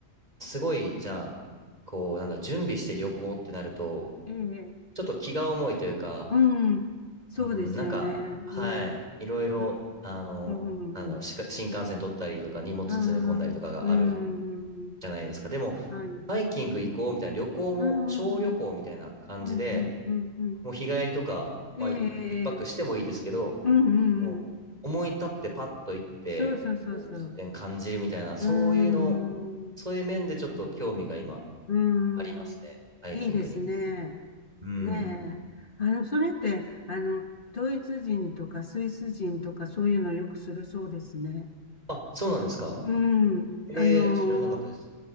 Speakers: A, on the right (about 30°); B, on the left (about 40°).
A: すごい、じゃあ、こう、なんだろう、準備して旅行ってなると、
B: ええ、
A: ちょっと気が重いというか、
B: うん、そうですよね。
A: うん、なんか、はい、
B: うん、
A: いろいろ、
B: あ
A: あの、
B: うん、
A: なんだろう、しか新幹線取ったりとか、荷物詰め込んだりとかがある
B: ああ、うん、
A: じゃないですか。でも、
B: はい、
A: ハイキング行こうみたいな、旅行も、
B: うん、
A: 小旅行みたいな感じで、
B: うん、うん、うん、うん、
A: もう日帰りとか、まあ、
B: ええ、
A: い一泊してもいいですけど、
B: ええうん、うん、
A: もう思い立ってパッと行って、
B: うんそうそうそうそう。
A: こう、自然感じるみたいな、そういうの、
B: うん、
A: そういう面でちょっと興味が今
B: うん、
A: ありますね、ハイキングに。
B: いいですね。
A: うん。
B: ねえ。あの、それって、あの、ドイツ人とかスイス人とかそういうのよくするそうですね。
A: あ、そうなんですか
B: うん。
A: えー、
B: あの、
A: 知らなかったです。